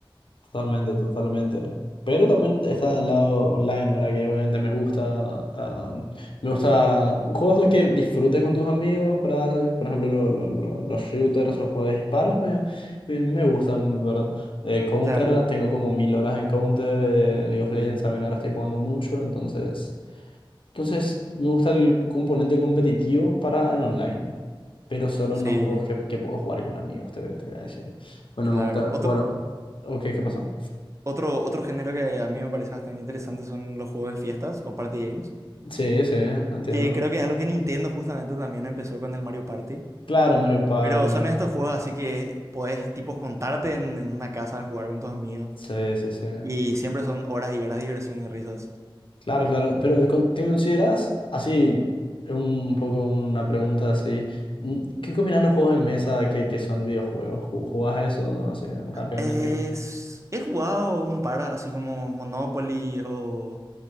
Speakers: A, on the left; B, on the right.
A: Totalmente, totalmente. Pero también está el lado online, ¿verdad? Que obviamente me gusta. ah, me gusta juegos que disfrutes con tus amigos, ¿verdad? Por ejemplo, lo- lo- lo- los shooters, los juegos de disparos me, me, me gustan, ¿verdad? Eh, Counter,
B: Claro.
A: tengo como mil horas en Counter. eh, League of Legends
B: Sí,
A: también ahora estoy jugando mucho. Entonces, entonces me gusta el componente competitivo para el online. Pero solo
B: sí,
A: en los juegos que, que puedo jugar con amigos, te, voy te voy a decir. Bueno,
B: claro.
A: me gusta
B: Otro,
A: jugar. o- Ok, ¿qué pasó?
B: Otro, otro género que a mí me parece bastante interesante son los juegos de fiestas o party games,
A: Sí, sí, entiendo.
B: que creo que es algo que Nintendo justamente también empezó con el Mario Party.
A: Claro, Mario Party.
B: Pero son
A: ¿no?
B: estos juegos así que podés tipo juntarte en, en una casa a jugar con tus amigos
A: Sí, sí, sí.
B: y siempre son horas y horas de diversión y risas.
A: Claro, claro. Pero con- ¿te consideras así, un poco una pregunta así? mm, ¿Qué opinan los juegos de mesa que, que son videojuegos? ¿Ju- ¿Jugás eso no? así rápidamente?
B: Es, he jugado un par así como Monopoly o,